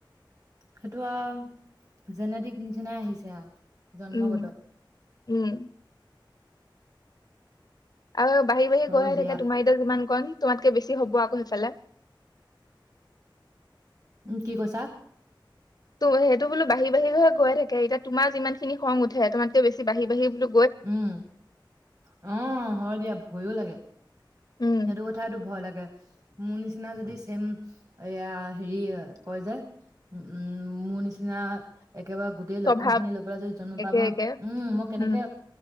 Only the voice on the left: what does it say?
উম উম আৰু বাঢি বাঢ়ি
গৈহে
থাকে। তোমাৰ এতিয়া যিমান কণ, তোমাতকে বেছি হব আকৌ সেইফালে।
তো সেইটো বোলো বাহি বাাহি হে গৈ থাকিব। এতিয়া তোমাৰ যিমান খিনি খং উঠে। তোমাতকে বেছি বাঢ়ি বাঢ়ি বুলো
উম
স্বভাৱ
একে
একে
উম